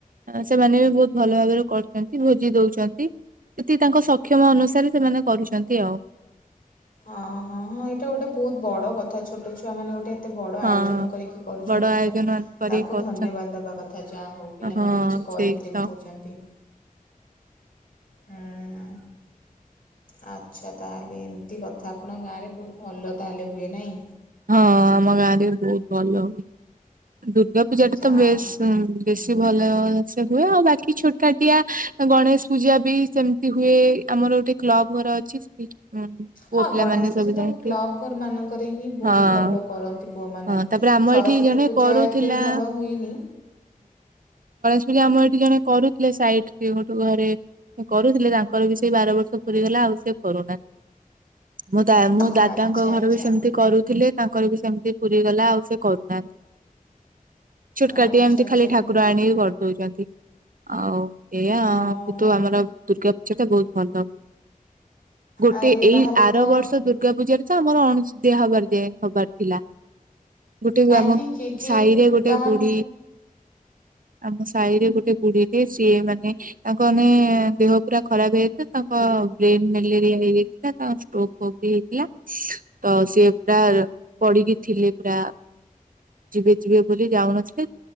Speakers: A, on the right; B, on the left.
A: ସେମାନେ ବି ବହୁ ଭଲ ଭରେ କରୁଛନ୍ତି ଭୋଜି ଦଉଛନ୍ତି ସେଠି ତାଙ୍କ ସକ୍ଷମ ଅନୁସାରେ ସେମାନେ କରୁଛନ୍ତି ଆଉ।
B: ଅ ହଁ ହଁ ଏଇଟା ଗୋଟେ ବହୁତ ବଡ କଥା ଛୋଟ ଛଆ ମାନେ ଗୋଟେ ଏତେ ବଡ଼ ଆୟୋଜନ
A: ହଁ।
B: କରିକି କରୁଛନ୍ତି।
A: ବଡ ଆୟୋଜନ
B: ସେଟା
A: ମାନ କରିକି
B: ତାଙ୍କୁ
A: କରୁଛନ୍ତି
B: ଧନ୍ୟବାଦ ଦେବା କଥା ଯାହା ହଉ ପିଲାମାନେ
A: ହଁ
B: କିଛି କରିକି
A: ସେଇ
B: ଦେଖାଉଛନ୍ତି।
A: ତ।
B: ହୁଁ। ଆଚ୍ଛା ତାହେଲେ ଏମିତି କଥା ଆପଣଙ୍କ ଗାଁରେ ବହୁତ ଭଲ ତାହେଲେ ହୁଏ ନାହିଁ।
A: ହଁ ଆମ ଗାଁରେ ବହୁତ ଭଲ ହଉ ଦୁର୍ଗା
B: ଯାହା
A: ପୂଜା ଟା ତ ବେଶ
B: ହଉ।
A: ବେଶୀ ଭଲ ସେ ହୁଏ ଆଉ ବାକି ଛୋଟକାାଟିଆ ଗଣେଶ ପୂଜା ବି ସେମିତି ହୁଏ ଆମର ଗୋଟେ କ୍ଲବ ଘର ଅଛି ସେ ହୁଁ ପୁଅ
B: ହଁ
A: ପିଲାମାନୋନ
B: ଗଣେଶ ପୂଜା
A: ସବୁ
B: ତ
A: ଯାଇକି?
B: କ୍ଲବ୍ ଘରମାନଙ୍କରେ ହିଁ ବହୁତ
A: ହଁ
B: ଭଲ କରନ୍ତି। ପୁଅ ମ
A: ହଁ ତାପରେ ଆମ
B: ସରସ୍ଵତୀ
A: ଏଠି ଜଣେ
B: ପୂଜା
A: କରୁଥିଲା
B: ଏତେ ଭଲ ହୁଏନି
A: ଆମର ଏଠି ଜଣେ କରୁଥିଲେ ସାଇଟ ଗୋଟେ ଘରେ କରୁଥିଲେ ତାଙ୍କର ବି ସେଇ ବାର ବର୍ଷ ପୁରରିଗଲା ଆଉ ସେ କରୁନାହିଁ। ମୁଁ
B: ହୁଁ
A: ମୋ ଦାଦାଙ୍କ
B: ଆଚ୍ଛା
A: ଘର
B: ଆଚ୍ଛା
A: ବି ସେମିତି କରୁଛି। ତାଙ୍କର ବି ସେମିତି ପୁରୀଗଲା ଆଉ ସେ କରୁନାହାନ୍ତି। ଛୋଟକାଟି
B: ଆଚ୍ଛା
A: ଏମିତି
B: ଆଚ୍ଛା
A: ଖାଲି
B: ଏମିତି।
A: ଠାକୁର ଆଣି କରିଦଉଛନ୍ତି। ହଉ ଏଇଆା
B: ଓହୋ
A: କିନ୍ତୁ ଆମର ଦୁର୍ଗାା ସେଟା ବହୁତ ଭଲ। ଗୋଟେ
B: ଆରେ
A: ଏଇ
B: ତାହେଲେ
A: ଆର
B: ତ
A: ବର୍ଷ ଦୁର୍ଗା ପୂଜାରେ ତ ଆମର ଅଣିଆ ହବାର ଯେ ହବାର ଥିଲା ଗୋଟେ
B: କାହିଁକି
A: ଆମ
B: କିଏ କିଏ
A: ସାହି ରେ ଗୋଟେ
B: କାହା
A: ବୁଢୀ ଆମ ସାହି ରେ ଗୋଟେ ବୁଢୀଟି ସିଏ ମାନେ ତାଙ୍କ ମାନେ ଦେହ ପୁରା ଖରାପ ହେଇଯାଇଥିଲା ତାଙ୍କ ବ୍ରେନ ମ୍ୟାଲେରିଆ ହେଇଯାଇଥିଲା ତାଙ୍କ ଷ୍ଟୋକ ଫକ୍ ବି ହେଇଥିଲା ତ ସିଏ? ପୁରା ପଡିକି ଥିଲେ ପୁରା ଯିବେ ଯିବେ ବୋଲି ଯାଉନଥିଲେ